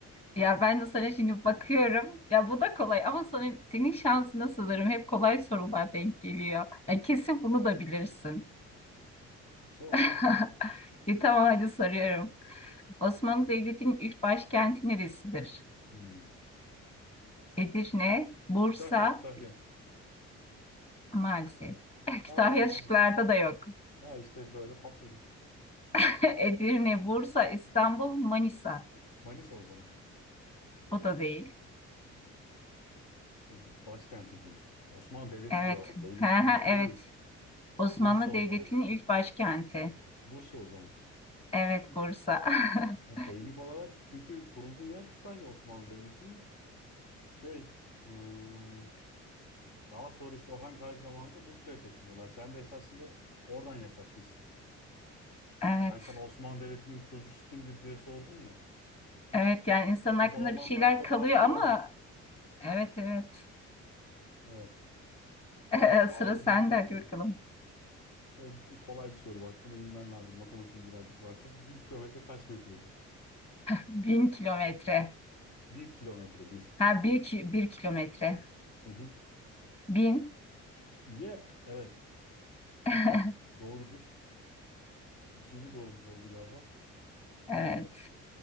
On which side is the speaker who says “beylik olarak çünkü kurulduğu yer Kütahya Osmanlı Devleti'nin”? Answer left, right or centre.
Left